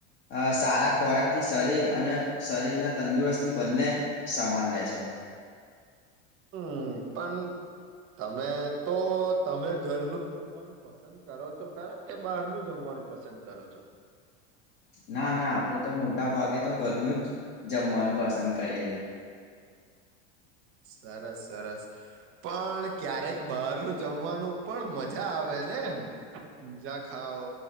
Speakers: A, on the left (about 65°); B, on the right (about 40°).
A: અ સારા ખોરાકથી શરીર અને શરીરના તંદુરસ્થી બંને સમાન લે છે.
B: હમ પણ તમે તો તમે ઘરનું જમવાનું પસંદ કરો છો ખરા કે બહારનું જમવાનું પસંદ કરો છો.
A: ના ના આપડે તો મોટા ભાગે તો ઘરનું જ જમવાનું પસંદ કરીએ.
B: <inaudible> સરસ સરસ પણ ક્યારેક બહાર જમવાનું પણ મજા આવે. નેજા ખાઓ